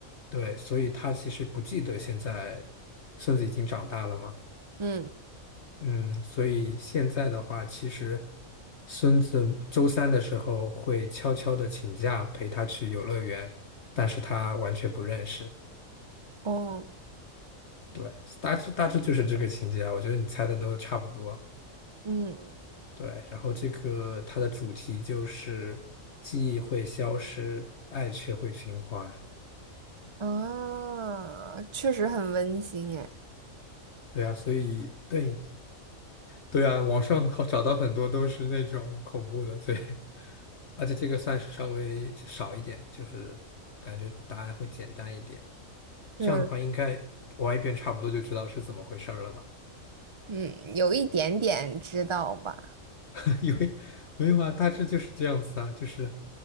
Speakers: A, on the left (about 55°); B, on the right (about 40°).
A: 对，所以他其实不记得现在孙子已经长大了嘛。
B: 嗯，
A: 嗯，所以现在的话，其实孙子周三的时候会悄悄的请假陪他去游乐园，但是他完全不认识。
B: 哦，
A: 对，大致大致就是这个情节啊，我觉得你猜的都差不多。
B: 嗯
A: 对，然后这个它的主题就是记忆会消失，爱却会循环。
B: 啊，确实很温馨哎，
A: 对啊，所以对对啊，网上好找到很多都是那种恐怖的，所以 <laughs> 而且这个算是稍微少一点的就是感觉答案会简单一点的
B: 就是
A: 这样的话，应该玩一遍差不多就知道是怎么回事儿了吧？
B: 嗯，有一点点知道吧，
A: <laughs> 因为没有啊，大致就是这样子啊，就是